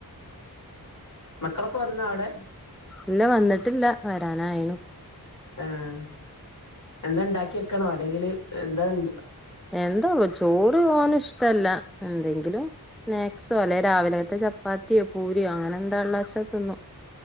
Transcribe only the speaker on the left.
മക്കളൊക്കെ വന്നാ അവ്ടെ
ആഹ് എന്താ ഇണ്ടാക്കി വെക്കണോ അല്ലെങ്കില് എന്താണ്ട്